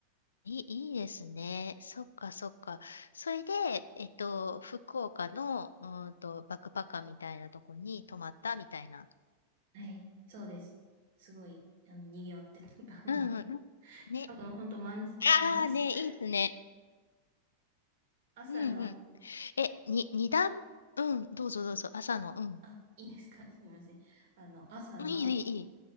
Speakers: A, on the left (about 70°); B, on the right (about 50°).
A: い、いいですね。そっかそっか。それで、えっと、福岡の、うーんと、バックパッカーみたいなとこに泊まったみたいな。
B: はい。そうです。すごい、あの、賑わってた。<laughs> あの、
A: うんうん。ね、
B: 多分本当満、満室
A: ああね、いいですね。
B: 朝の、
A: うんうん。え、に、二段、うん、どうぞどうぞ、
B: あ、
A: 朝の、うん。
B: あ、いいですか <laughs> すみません。あの、朝の、
A: うん、いいよ、いい、いい。